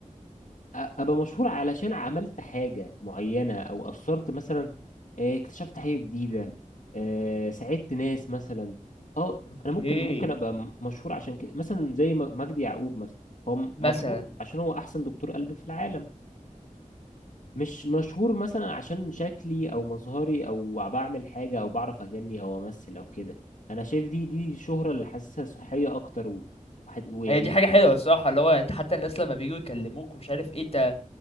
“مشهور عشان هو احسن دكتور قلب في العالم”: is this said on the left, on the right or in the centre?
Left